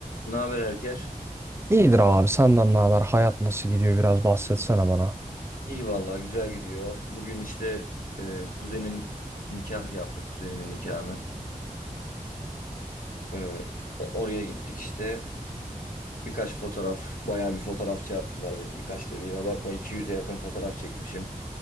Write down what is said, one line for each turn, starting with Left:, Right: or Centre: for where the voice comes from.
Left: Ne haber Erker?
Right: İyidir abi senden ne haber? Hayat nasıl gidiyor? Biraz bahsetsene bana.
Left: İyi vallahi güzel gidiyor. Bugün işte e, kuzenim nikah yaptık kuzenimin nikahını. E, o- oraya gittik işte. Birkaç fotoğraf, bayağı bir fotoğrafçı yaptılar beni. Birkaç dediğime bakma 200'e yakın fotoğraf çekmişim.